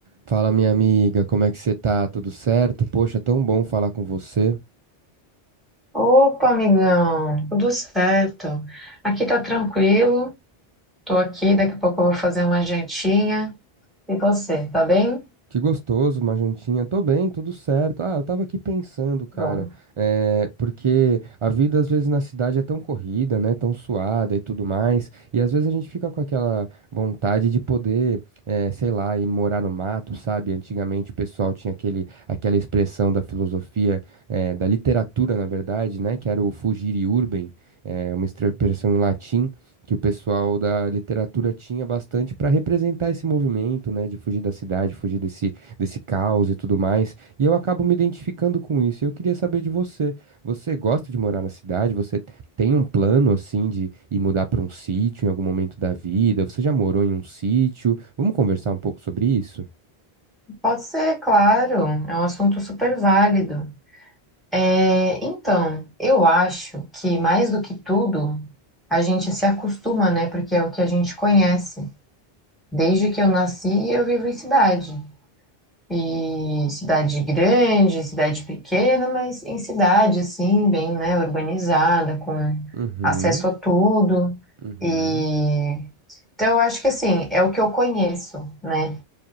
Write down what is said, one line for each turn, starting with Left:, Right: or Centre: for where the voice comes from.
Right: Fala, minha amiga, como é que você tá? Tudo certo? Poxa, tão bom falar com você.
Centre: Opa, amigão, tudo certo? Aqui tá tranquilo, tô aqui, daqui a pouco eu vou fazer uma jantinha. E você, tá bem?
Right: Que gostoso, uma jantinha. Tô bem, tudo certo. Ah, eu tava aqui pensando, cara,
Centre: Bom,
Right: é, porque a vida às vezes na cidade é tão corrida, né? Tão suada e tudo mais. E às vezes a gente fica com aquela vontade de poder, é, sei lá, ir morar no mato, sabe? Antigamente o pessoal tinha aquele, aquela expressão da filosofia, é, da literatura, na verdade, né? Que era o fugire urbem, é, uma expressão em latim que o pessoal da literatura tinha bastante para representar esse movimento, né, de fugir da cidade, fugir desse, desse caos e tudo mais. E eu acabo me identificando com isso. E Eu queria saber de você. Você gosta de morar na cidade? Você tem um plano assim de ir mudar para um sítio em algum momento da vida? Você já morou em um sítio? Vamos conversar um pouco sobre isso?
Centre: pode ser, claro, é um assunto super válido. É, então, eu acho que mais do que tudo, a gente se acostuma, né? Porque é o que a gente conhece. Desde que eu nasci, eu vivo em cidade. E cidade grande, cidade pequena, mas em cidade, assim, bem, né, urbanizada, com
Right: Uhum,
Centre: acesso a tudo.
Right: uhum.
Centre: E então eu acho que assim, é o que eu conheço, né?